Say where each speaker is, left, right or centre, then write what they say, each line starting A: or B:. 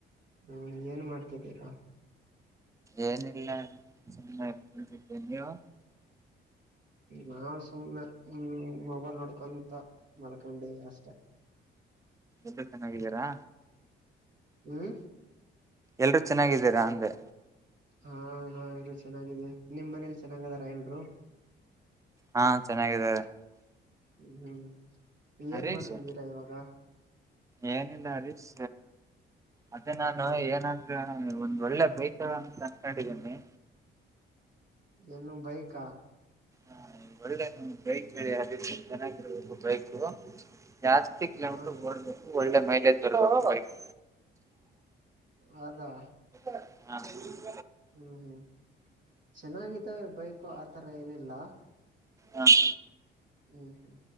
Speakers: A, on the right; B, on the right.
A: ಹ್ಮ್ ಏನ್ ಮಾಡ್ತಾ ಇದ್ದೀರಾ
B: ಏನಿಲ್ಲ ಅಣ್ಣ ಸುಮ್ನೆ ಕುಂತಿದೀವಿ ನೀವು
A: ನಾವು ಸುಮ್ನೆ ಹ್ಮ್ ಮೊಬೈಲ್ ನೋಡ್ಕೊಂತ ಮಲ್ಕೊಂಡಿದ್ದೀನಿ ಅಷ್ಟೇ
B: ಎಲ್ಲರೂ ಚೆನ್ನಾಗಿದ್ದೀರಾ
A: ಹ್
B: ಎಲ್ಲರೂ ಚೆನ್ನಾಗಿದ್ದೀರಅಂದೇ
A: ಹ್ಮ್ ನಾವ್ ಎಲ್ಲರೂ ಚೆನ್ನಾಗಿದ್ದೀವಿ ನಿಮ್ಮನೆಯಲ್ಲಿ ಚೆನ್ನಾಗಿದ್ದಾರ ಎಲ್ಲರೂ
B: ಹ್ಮ್ ಚೆನ್ನಾಗಿದ್ದಾರೆ
A: ಹ್ಮ್ ಏನ್
B: ಹರೀಶ್
A: ಮಾಡ್ತಿದ್ದೀರಾ ಇವಾಗ
B: ಏನಿಲ್ಲ ಹರೀಶ್ ಅದೇ ನಾನು
A: ಹ್ಮ್
B: ಏನಂತ ಒಂದು ಒಳ್ಳೆ ಬೈಕ್ಆದಅನ್ಕೊಂಡಿದಿನಿ
A: ಏನೋ ಬೈಕ್
B: ಒಂದು ಒಳ್ಳೆ ಬೈಕ್ ಕೇಳಿ ಯಾರ್ಬಲಿನು ಚೆನ್ನಾಗಿದ್ದೇನೆ ಬೈಕ್ಗಳು ಜಾಸ್ತಿ ಕಿಲೋಮೀಟರ್
A: ಹ
B: ಕೊಡಬೇಕು ಒಳ್ಳೆ ಮೈಲೇಜ್ ರಾಯಲ್ ಫೈಟ್
A: ಹೌದಾ
B: ಹ್ಮ್
A: ಹೂ ಹೂ ಚೆನ್ನಾಗಿದೆಯಾಅಲ್ಲ ಬೈಕು ಆತರ ಏನೂ ಇಲ್ಲ
B: ಹ್ಮ್
A: ಹು ಹುಂ